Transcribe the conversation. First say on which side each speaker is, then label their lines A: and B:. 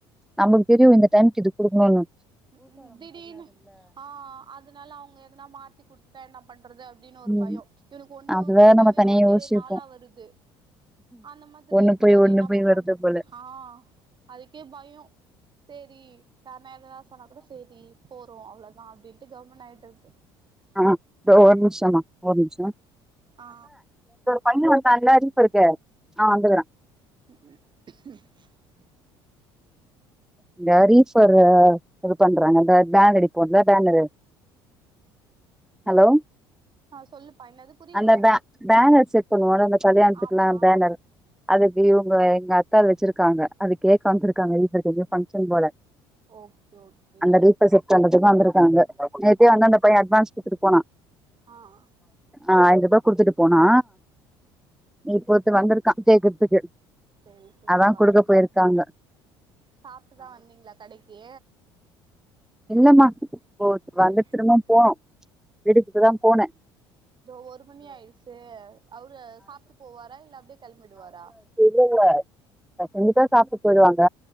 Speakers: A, in the centre; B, on the right.
A: நமக்கு தெரியு இந்த டைமுக்கு இது குடுக்கணுன்னு
B: ம்ஹீம் திடீர்னு ஆ அதனால அவங்க எதனா மாத்தி குடுத்துட்டா என்ன பண்றது அப்டின்னு ஒரு
A: ம்
B: பயோ இவனுக்கு ஒண்ணு
A: அதுதா
B: தொட்டாவே
A: நம்ம தனியா
B: அப்டியே
A: யோசிச்சிருப்போ
B: நாளா வருது அந்த மாதிரி
A: ஒண்ணு
B: இருக்கும்மோது
A: போய் ஒண்ணு
B: என்னாப்பா
A: போய் வருது
B: பண்றது
A: போல
B: ஆ அதுக்கே பயோ சேரி தேர்னா எததா சொன்னாக் கூட சேரி போ றோ அவ்ளதா அப்டின்ட்டு கம்முனு ஆயிட்றது
A: ஆ தோ ஒரு
B: ம்
A: நிம்ஷமா
B: ம்
A: ஒரு நிம்ஷோ
B: ஆ
A: பையே வந்தால்ல ரீஃபருக்கு அவே வந்துகுறா
B: உம்
A: இந்த ரீஃபரு இதுப் பண்றாங்க இந்த பேனடிப்போல்ல பேனரு ஹலோ
B: ஆ சொல்லுப்பா என்னது புரில
A: அந்த பே பேனர் செட் பண்வோல்ல அந்த கல்யாண்த்துக்லா
B: ஆமா
A: பேனரு அதுக்கு இவுங்க எங்க அக்காது வெச்சிருக்காங்க அது கேக்க வந்துருக்காங்க <unintelligible> ஃபங்க்ஷன் போல
B: ஓகே ஓகே
A: அந்த ரீஃபர் செட் <unintelligible> வந்திருக்காங்க நேத்தே வந்து அந்தப் பையே அட்வான்ஸ் குத்துடுப் போனா
B: ஆ ஆ
A: ஆயிரபா குடுத்துட்டுப் போனா இப்பத்து வந்திருக்கா கேக்குர்த் துகு
B: சேரி சேரிப்பா
A: அதா குடுக்க போயிர்க்காங்க
B: சாப்ட்டுதா வந்தீங்ளா கடைக்கி
A: இல்லமா போ
B: அப்டியே
A: வந்துட்டு திரும்பவும் போனு வீட்டுக் இப்பதாம் போனே
B: தோ ஒரு மணி ஆயிருசே அவுரு சாப்ட்டு போவாரா இல்ல அப்டியேக் கெளம்பிடுவாரா
A: இல்லல்ல நா செஞ்சிட்டா சாப்ட்டு போயிருவாங்க